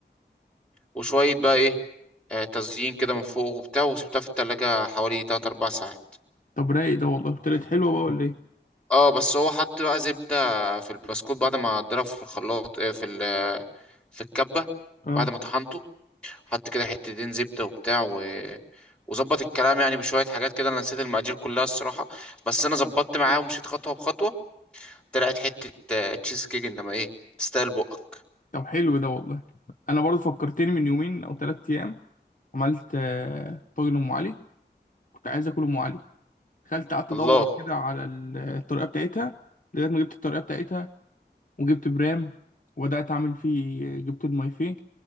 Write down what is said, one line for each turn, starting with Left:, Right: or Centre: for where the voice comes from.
Centre: وشوية بقى ايه آه، تزيين كده من فوق وبتاع وسبتها في التلاجة حوالي 3 4 ساعات
Left: طب رايق ده والله طلعت حلوة بقى ولا إيه
Centre: اه بس هو حط بقى زبدة في البسكوت بعد ما ضرب في الخلاط آه، في ال آه، في الكبة
Left: أه
Centre: بعد ما طحنته حط كده حتتين زبدة وبتاع و وظبط الكلام يعني بشوية حاجات كده انا نسيت المقادير كلها الصراحة بس انا ظبطت معاه ومشيت خطوة بخطوة طلعت حتة آه، تشيز كيك انما ايه تستاهل بقك
Left: طب حلو ده والله أنا برضه فكرتني من يومين أو تلات أيام عملت آه، طاجن أم علي كنت عايز آكل أم علي دخلت قعدت
Centre: الله
Left: أدور كده على الطريقة بتاعتها لغاية ما جبت الطريقة بتاعتها وجبت برام وبدأت أعمل فيه جبت المايفيه